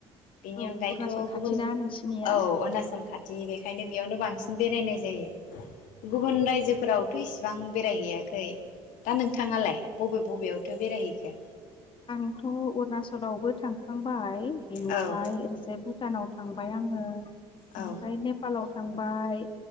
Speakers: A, on the left; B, on the left.
A: बेनि
B: औ
A: अनगायैथ
B: अरुणाचल खाथिना
A: गुबुन
B: नोंसिनिया
A: औ अरुणाचल खाथि बेखायनो बेयावनो बांसिन बेरायनाय जायो। गुबुन रायजोफोरावथ <unintelligible> एसेबां बेरायहैयाखै दा नों <unintelligible> <unintelligible> थाङालाय बबे बबेयाव? <unintelligible> बेरायहैखो?
B: आंथ अरुणाचलावबो थांखांबाय। बेनिफ्राय
A: औ
B: ओरैजायबो भुटानाव थांबाय आङो। बेनिफ्राय
A: औ
B: नेपालाव थांबाय